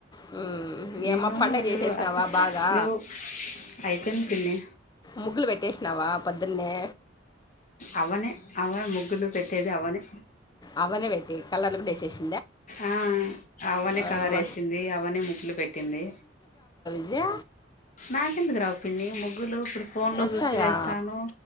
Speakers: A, on the left (about 20°); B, on the left (about 40°).
A: హ్మ్
B: నేను
A: ఏమ్మా పండగ చేసేసినావ
B: నువ్వు అసలు
A: బాగా
B: నువ్వు అయిపోయింది పిన్ని
A: ముగ్గులు పెట్టేసినావా పొద్దున్నే
B: అవ్వనే అవ్వనే ముగ్గులు పెట్టేది అవ్వనే
A: అవ్వ నే పెట్టి కలర్ లు వేసేసింది
B: ఆ అవ్వనే
A: ఓయమ్మ
B: కలర్ ఎసింది అవ్వనే ముగ్లు పెట్టింది
A: దే
B: నాకెందుకు రావు పిన్ని ముగ్గులు ఇప్పుడు ఫోన్ లో
A: వస్తాయా
B: చూసి వేస్తాను